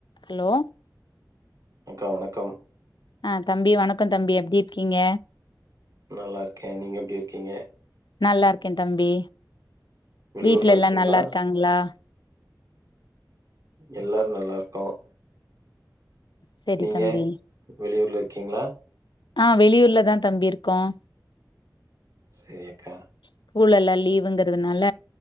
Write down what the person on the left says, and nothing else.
Hello
அஹ் தம்பி வணக்கம் தம்பி எப்படி இருக்கீங்க
நல்லா இருக்கேன் தம்பி
வீட்டு்ல
எல்லாம் நல்லா இருக்காங்களா
செரி
தம்பி
ஆஹ் வெளியூர்லதான் தம்பி இருக்கோம்
ஸ்கூல்லெல்லா லீவுங்றதுனால